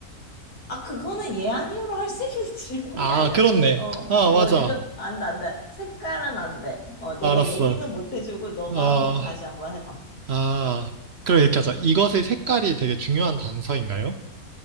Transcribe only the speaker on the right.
아,
그렇네.
아, 맞아.
알았어.
아,
아, 그럼 이렇게 하자. 이것의 색깔이
되게 중요한 단서인가요?